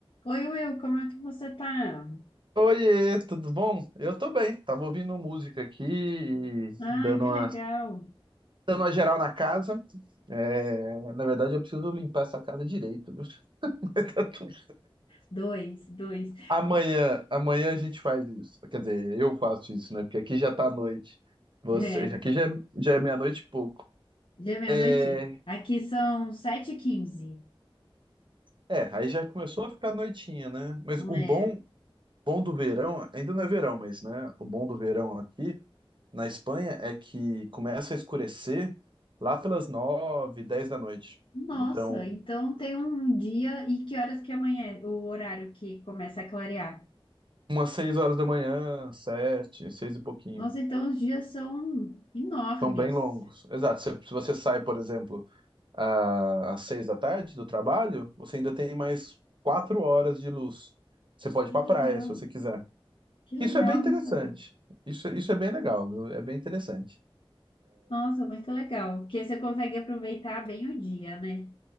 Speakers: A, on the left (about 65°); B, on the right (about 55°).
A: Oi, Will, como é que você tá?
B: Oiê, tudo bom? Eu tô bem. Tava ouvindo música aqui e
A: Ah,
B: dando
A: que
B: uma,
A: legal.
B: dando uma geral na casa. É, na verdade, eu preciso limpar essa casa direito, viu? <laughs> Tá tudo-
A: Dois, dois.
B: Amanhã, amanhã a gente faz isso. Quer dizer, eu faço isso, né? Porque aqui já tá noite. Você,
A: É,
B: aqui já é, já é meia-noite e pouco.
A: já é meia-noite?
B: É,
A: Aqui são sete h 15
B: é, aí já começou a ficar noitinha, né? Mas
A: É.
B: o bom, bom do verão, ainda não é verão, mas, né? O bom do verão aqui na Espanha é que começa a escurecer lá pelas nove, dez da noite.
A: Nossa,
B: Então,
A: então tem um dia e que horas que amanhã, o horário que começa a clarear?
B: umas seis horas da manhã, sete, seis e pouquinho.
A: Nossa, então os dias são enormes.
B: São bem longos. Exato. Se, se você sai, por exemplo, a- às seis da tarde do trabalho, você ainda tem mais quatro horas de luz. Você pode
A: Que
B: ir pra
A: legal,
B: praia, se você quiser.
A: que legal,
B: Isso é bem interessante.
A: não sabia.
B: Isso, isso é bem legal, viu? É bem interessante.
A: Nossa, muito legal, porque você consegue aproveitar bem o dia, né?